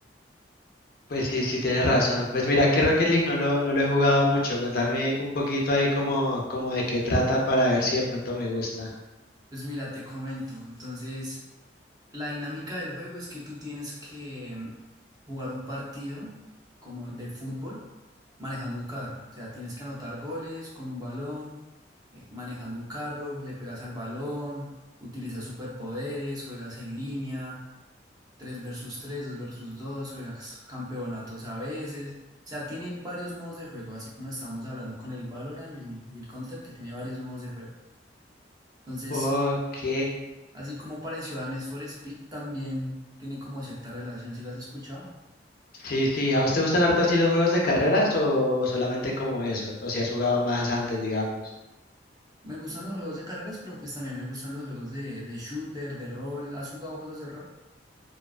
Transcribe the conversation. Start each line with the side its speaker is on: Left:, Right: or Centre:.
Left: Pues sí, sí tienes razón. Pues mira que Rocket League no lo, no lo he jugado mucho. Contame un poquito ahí como, como de qué trata para ver si de pronto me gusta.
Right: Pues mira, te comento. Entonces, la dinámica del juego es que tú tienes que mm, jugar un partido como de fútbol manejando un carro. O sea, tienes que anotar goles con un balón, eh, manejando un carro, le pegas al balón, utilizas superpoderes, juegas en línea. tres versus tres 2 versus dos juegas campeonatos a veces. O sea, tiene varios modos de juego, así como estábamos hablando con el Valorant y el, y el Counter, que tiene varios modos de juego. Entonces,
Left: Ok.
Right: así como pareció a Need for Speed, también tiene como cierta relación, si lo has escuchado.
Left: Sí, sí. ¿A vos te gustan harto así los juegos de carreras o, o solamente como esos? O si has jugado más antes, digamos.
Right: Me gustan los juegos de carreras, pero pues también me gustan los juegos de, de shooter, de rol. ¿Has jugado juegos de rol?